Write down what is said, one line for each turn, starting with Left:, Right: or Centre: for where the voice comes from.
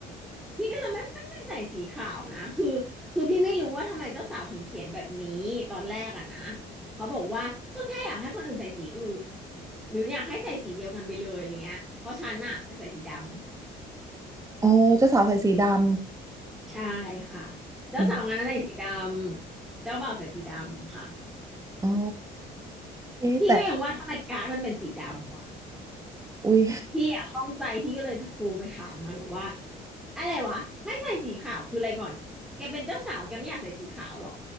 Centre: พี่ก็จะไม่ไม่ไม่ใส่สีขาวนะคือคือพี่ไม่รู้ว่าทำไมเจ้าสาวถึงเขียนแบบนี้ตอนแรกอะนะเขาบอกว่าก็แค่อยากให้คนอื่นใส่สีอื่นหรืออยากให้ใส่สีเดียวกันไปเลยอะไรเงี้ยเพราะฉันน่ะจะใส่สีดำ
Right: อ๋อเจ้าสาวใส่สีดำ
Centre: ใช่ค่ะเจ้าสาวงานนั้นใส่สีด
Right: อืม
Centre: ำเจ้าบ่าวใส่สีดำค่ะ
Right: อ๋อเอ๊ะแต่
Centre: พี่ก็ยังว่าทำไมการ์ดมันเป็นสีดำวะ
Right: อุ้ย
Centre: พี่อะข้องใจพี่ก็เลยโทรไปถามมันบอกว่าอะไรวะให้ใส่สีขาวคืออะไรก่อนแกเป็นเจ้าสาวแกไม่อยากใส่สีขาวเหรอ